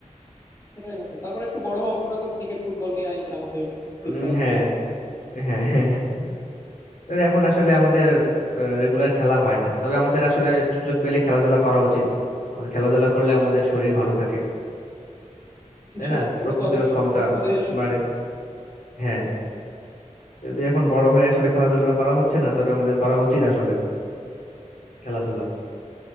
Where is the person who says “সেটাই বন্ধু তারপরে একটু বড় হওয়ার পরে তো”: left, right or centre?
Left